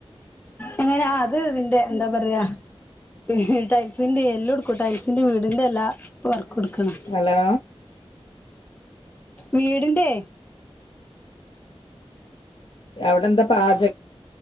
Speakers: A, on the left (about 15°); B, on the left (about 55°).
A: അങ്ങനെ ആ അത് ഇതിന്റെ എന്താ പറയാ പി ടൈൽസിന്റെ എല്ലാം എല്ലെട്ക്കും ടൈൽസിന്റെ വീടിന്റെ എല്ലാവർക് കൊട്ക്കണം
B: ഹലോ
A: വീടിന്റെ
B: അവിടെ എന്താ പാചക?